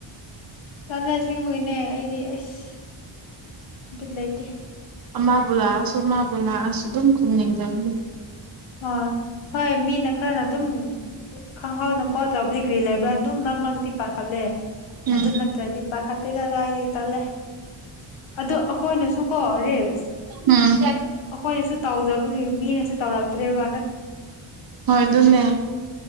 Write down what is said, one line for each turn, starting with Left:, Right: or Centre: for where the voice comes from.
Left: ꯀꯜꯂ ꯑꯦꯁꯤꯡ ꯅꯦ ꯑꯩꯗꯤ ꯑꯁ ꯒꯤ ꯂꯩꯇꯦ
Right: ꯑꯃꯕꯨ ꯂꯥꯛꯑꯁꯨ ꯃꯥꯕꯨ ꯂꯥꯛꯑꯁꯨ ꯑꯗꯨꯝ ꯈꯨꯝꯅꯤꯡꯖꯕꯅꯤ
Left: ꯍꫭꯏ ꯍꯣꯏ ꯃꯤꯅ ꯈꯔꯅ ꯑꯗꯨꯝ ꯈꯪꯍꯥꯎꯅꯕ ꯀꯣ ꯆꯕ ꯀ꯭ꯔꯤ ꯂꯩꯕ꯭ꯔꯥ ꯑꯗꯨꯝ ꯃꯔꯛ ꯃꯔꯛꯇꯤ ꯄꯥꯈꯠꯂꯦ
Right: ꯎꯝ
Left: ꯑꯗꯨ ꯅꯠꯇ꯭ꯔꯗꯤ ꯄꯥꯈꯠꯇꯦꯗ ꯀꯗꯥꯥꯏꯗꯒꯤ ꯇꯜꯂꯦ ꯑꯗꯨ ꯑꯩꯈꯣꯏꯅꯁꯨ ꯀꯣ ꯔꯤꯁ
Right: ꯎꯝ
Left: ꯑꯩꯈꯣꯏꯅꯁꯨ ꯇꯧꯗꯕꯒꯤ ꯃꯤꯅꯁꯨ ꯇꯧꯔ ꯎ
Right: ꯍꯣꯏ ꯑꯗꯨꯅꯦ